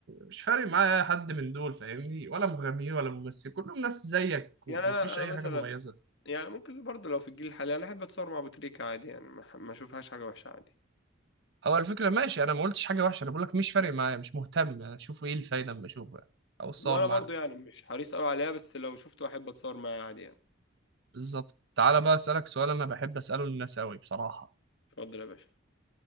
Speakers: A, on the right; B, on the left.
A: مش فارق معايا حد من دول فاهمني ولا مغنيين ولا ممثل كلهم ناس زيك ومفيش
B: يعني أنا أنا
A: اي
B: مثلا
A: حاجه مميزه
B: يعني ممكن برضه لو في الجيل الحالي أنا أحب أتصور مع أبو تريكة عادي يعني ما ما أشوفهاش حاجة وحشة عادي
A: او على فكره ماشي انا ما قلتش حاجه وحشه انا بقول لك مش فارق معايا مش مهتم اشوف ايه الفايده اما اشوفه يعني. او اتصور
B: وأنا
A: معاك
B: برضه يعني مش حريص أوي عليها بس لو شفته أحب أتصور معاه عادي يعني
A: بالظبط تعالى بقى اسالك سؤال انا بحب اساله للناس قوي بصراحه
B: اتفضل يا باشا